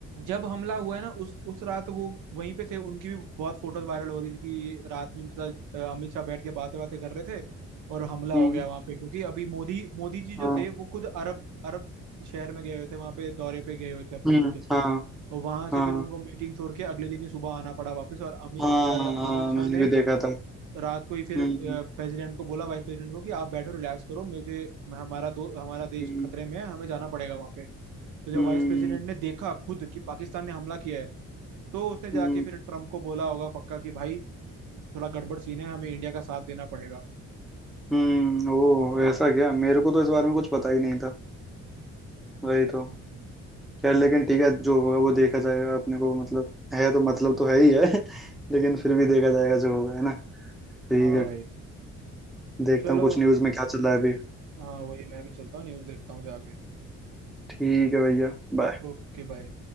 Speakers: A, on the right; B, in the centre.
A: जब हमला हुआ है ना उस उस रात वो वहीं पे थे उनकी भी बहुत फोटोज वायरल हो रही थी कि रात में उनके साथ अ, अमित शाह बैठ के बातें बातें कर रहे थे और हमला
B: हम्म
A: हो गया वहां पे क्योंकि अभी मोदी मोदी जी जो
B: हाँ
A: थे वो खुद अरब अरब शहर में गए हुए थे वहां पे दौरे पे गए हुए थे अपने
B: हम्म
A: खुद
B: हाँ
A: और वहां से
B: हाँ
A: फिर उनको मीटिंग छोड़ के अगले दिन ही सुबह आना पड़ा वापस और अमित
B: हाँ
A: अ, अमित
B: हाँ हाँ,
A: शाह
B: मैंने
A: ने
B: भी देखा था
A: रात को ही फिर
B: हम्म
A: प्रेसिडेंट को बोला वाइस प्रेसिडेंट को कि आप बैठो रिलैक्स करो मुझे हमारा दो हमारा देश
B: हम्म
A: खतरे में है हमें जाना पड़ेगा वहां पे तो जब
B: हम्म
A: वाइस प्रेसिडेंट ने देखा खुद कि पाकिस्तान ने हमला किया है तो उसने जाके
B: हम्म
A: फिर ट्रम्प को बोला होगा पक्का कि भाई थोड़ा गड़बड़ सीन है हमें इंडिया का साथ देना पड़ेगा
B: हम्म, ओ ऐसा क्या मेरे को तो इस बारे में कुछ पता ही नहीं था वही तो
A: हम्म।
B: यार लेकिन ठीक है जो होगा वो देखा जाएगा अपने को मतलब है तो मतलब तो है ही है <laughs> लेकिन फिर भी देखा जाएगा जो होगा है ना ठीक
A: हाँ
B: है
A: भाई
B: देखता
A: चलो
B: हूँ कुछ न्यूज़ में क्या चल रहा है अभी
A: हाँ वही मैं भी चलता हूँ न्यूज़ देखता हूँ जाके
B: ठीक है भैया बाय
A: Okay bye